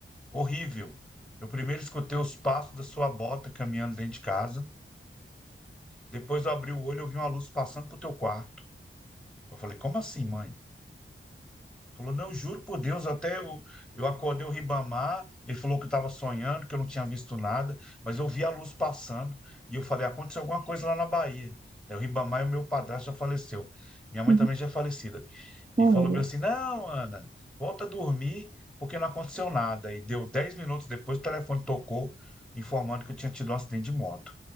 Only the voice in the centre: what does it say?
horrível. Eu primeiro escutei os passos da sua bota caminhando dentro de casa. Depois eu abri o olho, eu vi uma luz passando pro teu quarto. Eu falei, como assim, mãe? Falou, não, eu juro por Deus, até eu, eu acordei o Ribamar, ele falou que eu estava sonhando, que eu não tinha visto nada, mas eu vi a luz passando, e eu falei, aconteceu alguma coisa lá na Bahia. Daí o Ribamar e o meu padrasto já faleceu. Minha mãe
também já é falecida. E
falou
bem assim, não, Ana, volta a dormir, porque não aconteceu nada. E deu 10 minutos depois, o telefone tocou, informando que eu tinha tido um acidente de moto.